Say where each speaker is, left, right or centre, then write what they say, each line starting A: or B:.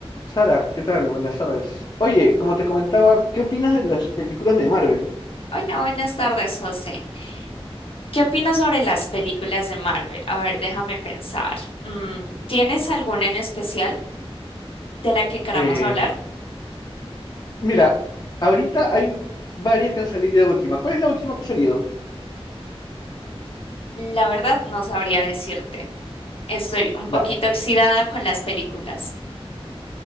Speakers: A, on the left; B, on the left.
A: Sara, ¿qué tal? Buenas tardes. Oye, como te comentaba, ¿qué opinas de las películas de Marvel?
B: Hola, buenas tardes, José. ¿Qué opinas sobre las películas de Marvel? A ver, déjame pensar. Mm, ¿tienes alguna en especial de la que queramos
A: Eh,
B: hablar?
A: mira, ahorita hay varias que han salido de última. ¿Cuál es la última que ha salido?
B: La verdad, no sabría decirte. Estoy un poquito
A: Ya.
B: oxidada con las películas.